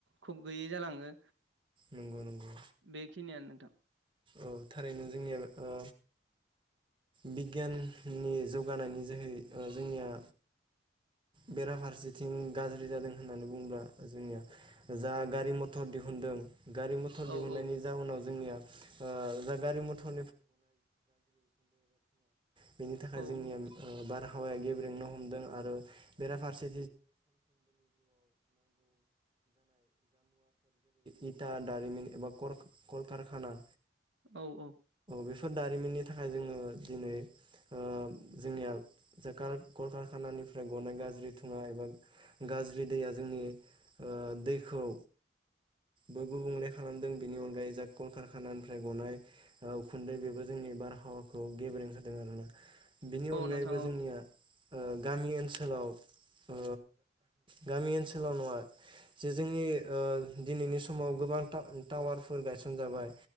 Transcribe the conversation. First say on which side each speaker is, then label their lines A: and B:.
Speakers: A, on the right; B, on the right.
A: खुब गैयै जालाङो
B: नंगौ नंगौ
A: बेखिनियानो नोंथां
B: औ थारैनो जोंनिया ओ बिगियाननि जौगानायनि जोहै जोंनिया बेराफारसेथिं गाज्रि जादों होननानै बुंङोब्ला जोंनिया जा गारि मथर दिहुनदों गारि मथर
A: औ
B: दिहुननायनि
A: औ
B: जाउनाव जोंनिया ओ जा गारि मथर बेनि थाखाय
A: औ
B: जोंनिया बारहावाया गेब्रेंनो हमदों आरो बेराफारसे इथा दारिमिन एबा कल कलखारखाना
A: औ औ
B: बेफोर दारिमिननि थाखाय जोङो दिनै ओ जोंनिया सरखार कलखारखानानिफ्राय बनायगा <unintelligible> एबा गाज्रि दैया जोंनि दैखौ बो गुबुंले खालामदों बेनि अनगायै जा कलकारखानानिफ्राय गनाय उखुन्दै बेबो जों जोंनि बारहावाखौ गेब्रें जादों आरोना बिनि
A: औ
B: अनगायैबो
A: नोंथां औ
B: जोंनिया ओ गामि ओनसोलाव
A: <unintelligible>
B: ओ गामि ओनसोलाव नङा जे जोंनि दिनैनि समाव गोबां टा टावारफोर गायसन जाबाय